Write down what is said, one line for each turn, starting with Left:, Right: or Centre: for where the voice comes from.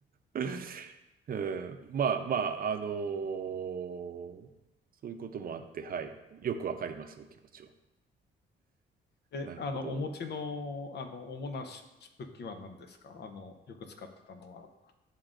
Right: <laughs> うん、まあまあ、あのーそういうこともあって、はい。よくわかります、お気持ちは。
Left: え、
Right: なるほど。
Left: あの、お持ちの、あの、主なし武器は何ですかあの、よく使ってたのは。